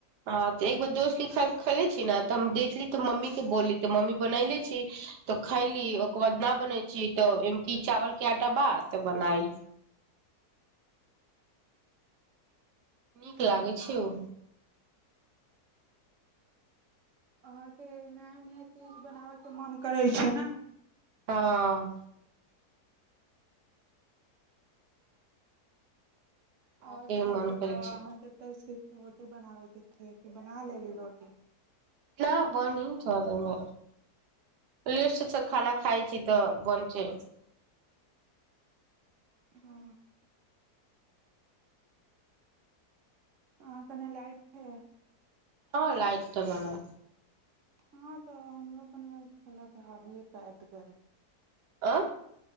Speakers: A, on the right; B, on the right.
A: हाँ तऽ एक बेर दोस्त के खेले छी ने तऽ हम देखली तऽ मम्मी के बोलली तऽ मम्मी बनाय ले छी तऽ खैली ओकर बाद ना बनै छी तऽ ओमे की चावल के आटा बा तऽ बनाइ नीक लागै छै
B: आ
A: ओ
B: अहाँ के नया नया चीज बनाबय के मोन करैत छै ने
A: हाँ खायके
B: और सब
A: मन
B: बताउ
A: करै छै
B: अहाँ के तऽ स रोटी बनाबै के छै कि बना लेली रोटी
A: ना बनी थोरा देर में लेट से तऽ खाना खाइ छी तऽ बन छै
B: हाँ अहाँ कने लाइट छै
A: हांँ लाइट तऽ रहै
B: हँ तऽ हमरो कने कहल अभि ये कटि गेल
A: ओ